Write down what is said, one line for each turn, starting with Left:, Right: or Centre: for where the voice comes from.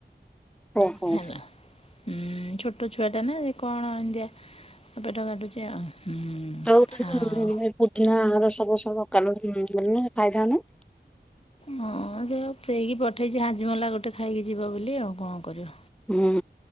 Centre: ହୁ ହୋ
Left: ହେଲା। ହୁଁ ଛୋଟ ଛୁଆ ଟା ନା ସେ କଣ ଏଇନ୍ଦଆ ସେ ପେଟ କାଟୁଛି ଆଉ ହୁଁ
Centre: ତ ପୁଦିନାର
Left: ଆଉ
Centre: ସବୁ ସବୁ କାଲ ଖାଇଦା ନା ହ।
Left: ହଁ ସେଉ ସେକି ପଠେଇଛି ହାଜିମଲା ଗୋଟେ ଖାଇକି ଯିବ ବୋଲି ଆଉ କଣ କରିବ।
Centre: ହୁଁ